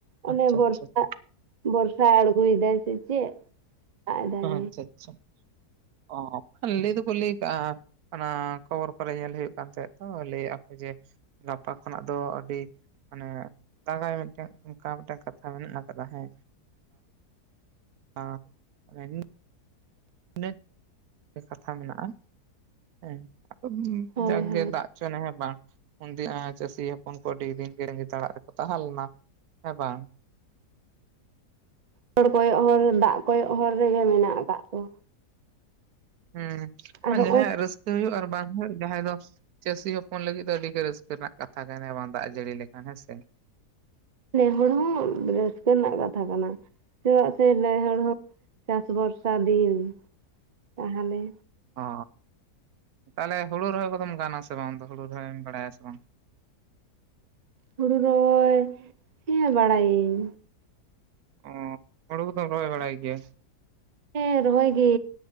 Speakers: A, on the right; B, on the right.
A: ᱚᱱᱮ
B: ᱟᱪᱪᱷᱟ
A: ᱵᱚᱨᱥᱟ
B: ᱟᱪᱪᱷᱟ
A: ᱵᱚᱨᱥᱟ ᱟᱲᱜᱚᱭ ᱫᱟᱭ ᱥᱮ ᱪᱮᱫ ᱫᱟᱜ ᱮᱫᱟᱭ
B: ᱟᱪᱪᱷᱟ ᱟᱪᱪᱷᱟ ᱚ ᱵᱟᱝᱠᱷᱟᱱ ᱞᱟᱹᱭ ᱫᱚ ᱠᱚ ᱞᱟᱹᱭ ᱠᱟᱜᱼᱟ ᱚᱱᱟ ᱠᱷᱚᱵᱚᱨ ᱠᱚᱨᱮ ᱧᱮᱞ ᱦᱩᱭᱩᱜ ᱠᱟᱱ ᱛᱟᱦᱮᱸᱫ ᱛᱚ ᱞᱟᱹᱭᱮᱫᱟ ᱠᱚ ᱡᱮ ᱜᱟᱯᱟ ᱠᱷᱚᱱᱟᱜ ᱫᱚ ᱟᱹᱰᱤ ᱾ ᱢᱟᱱᱮ ᱫᱟᱜᱟᱭ ᱢᱮᱱ ᱛᱮᱫ ᱚᱱᱠᱟ ᱢᱤᱫᱴᱟᱱ ᱠᱟᱛᱷᱟ ᱢᱮᱱᱟᱜ ᱟᱠᱟᱫᱟ ᱦᱮᱸ <unintelligible> ᱤᱱᱟᱹ ᱜᱮ ᱠᱟᱛᱷᱟ ᱢᱮᱱᱟᱜᱼᱟ ᱦᱮᱸ ᱟᱫᱚ
A: ᱦᱳᱭ
B: ᱡᱟᱠ
A: ᱦᱳᱭ
B: ᱜᱮ ᱫᱟᱜ ᱪᱚᱱᱟᱭ ᱦᱮᱸ ᱵᱟᱝ ᱩᱱᱫᱤᱱ ᱪᱟᱹᱥᱤ ᱦᱚᱯᱚᱱ ᱠᱚ ᱟᱹᱰᱤ ᱫᱤᱱ ᱜᱮ ᱛᱟᱸᱜᱤ ᱟᱲᱟᱜ ᱨᱮᱠᱚ ᱛᱟᱦᱮᱸ ᱞᱮᱱᱟ ᱦᱮᱸ ᱵᱟᱝ
A: ᱦᱚᱲ ᱠᱚᱭᱚᱜ ᱦᱚᱨ ᱫᱟᱜ ᱠᱚᱭᱚᱜ ᱦᱚᱨ ᱨᱮᱜᱮ ᱢᱮᱱᱟᱜ ᱟᱠᱟᱜ ᱠᱚᱣᱟ
B: ᱦᱮᱸ
A: ᱟᱨ ᱱᱚᱜᱼᱚᱭ
B: ᱡᱟᱦᱟᱸᱭᱟᱜ ᱨᱟᱹᱥᱠᱟᱹ ᱦᱩᱭᱩᱜ ᱟᱨ ᱵᱟᱝ ᱡᱟᱦᱟᱸᱭ ᱫᱚ ᱪᱟᱹᱥᱤ ᱦᱚᱯᱚᱱ ᱞᱟᱹᱜᱤᱫ ᱫᱚ ᱟᱹᱰᱤ ᱜᱮ ᱨᱟᱹᱥᱠᱟᱹ ᱨᱮᱱᱟᱜ ᱠᱟᱛᱷᱟ ᱠᱟᱱᱟ ᱵᱟᱝ ᱫᱟᱜ ᱡᱟᱹᱲᱤ ᱞᱮᱠᱷᱟᱱ ᱦᱮᱸᱥᱮ
A: ᱱᱮ ᱦᱚᱲ ᱦᱚᱸ ᱨᱟᱹᱥᱠᱟᱹ ᱨᱮᱱᱟᱜ ᱠᱟᱛᱷᱟ ᱠᱟᱱᱟ ᱪᱮᱫᱟᱜ ᱥᱮ ᱱᱮ ᱦᱚᱲ ᱦᱚᱸ ᱪᱟᱥ ᱵᱷᱚᱨᱥᱟ ᱫᱤᱱ ᱛᱟᱦᱚᱞᱮ
B: ᱚ ᱛᱟᱦᱚᱞᱮ ᱦᱩᱲᱩ ᱨᱚᱦᱚᱭ ᱠᱚᱫᱚᱢ ᱜᱟᱱᱟᱥᱮ ᱵᱟᱝ ᱦᱩᱲᱩ ᱨᱚᱦᱚᱭᱮᱢ ᱵᱟᱲᱟᱭᱟ ᱥᱮ ᱵᱟᱝ
A: ᱦᱩᱲᱩ ᱨᱚᱦᱚᱭ ᱦᱮᱸ ᱵᱟᱲᱟᱭᱟᱹᱧ
B: ᱚ ᱦᱩᱲᱩ ᱠᱚᱫᱚᱢ ᱨᱚᱦᱚᱭ ᱵᱟᱲᱟᱭ ᱜᱮᱭᱟ
A: ᱦᱮᱸ ᱨᱚᱦᱚᱭ ᱜᱮ